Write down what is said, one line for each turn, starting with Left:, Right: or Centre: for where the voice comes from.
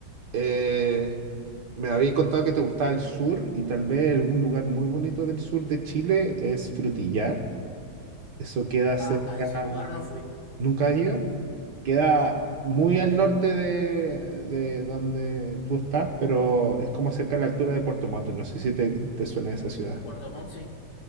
Right: Eh, me habéis contado que te gustaba el sur y tal vez algún lugar muy bonito del sur de Chile es Frutillar. Eso queda cerca,
Left: A, a ese lugar no fui,
Right: ¿nunca has ido? Queda
Left: ¿no?
Right: muy al norte de, de donde tú estás, pero es como cerca a la altura de Puerto Montt. No sé si te, te suena esa ciudad.
Left: Puerto Montt sí.